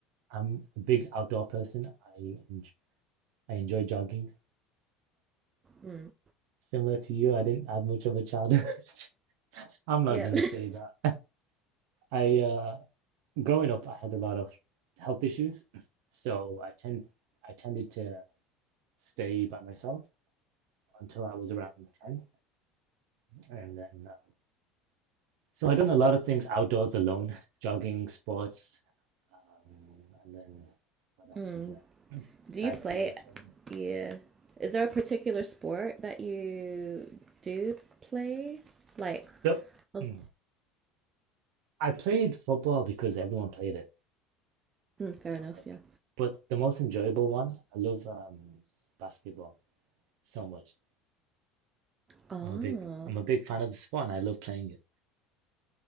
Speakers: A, on the right (about 60°); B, on the right (about 30°).
A: I'm a big outdoor person. I enj I enjoy jogging.
B: Mm.
A: Similar to you, I didn't have much of a childhood. <laughs> I'm not
B: Yeah.
A: gonna say
B: <laughs>
A: that. I uh, growing up, I had a lot of health issues, so I tend I tended to stay by myself until I was around 10, and then uh, so I done a lot of things outdoors alone, <laughs> jogging, sports, um, and then what else
B: Mm.
A: is there? Cycling,
B: Do you play?
A: swimming.
B: Yeah. Is there a particular
A: Mm.
B: sport that you do play? Like,
A: The,
B: I was
A: mm, I played football because everyone played it,
B: Hmm. fair
A: soccer,
B: enough, yeah.
A: but the most enjoyable one, I love um, basketball so much.
B: Ah,
A: I'm a big I'm a big fan of the sport, and I love playing it.